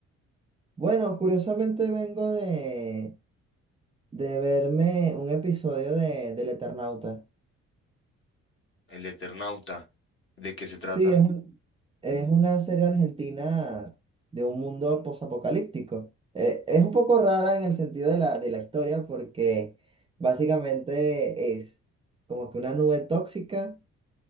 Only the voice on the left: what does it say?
El Eternauta, ¿de qué se trata?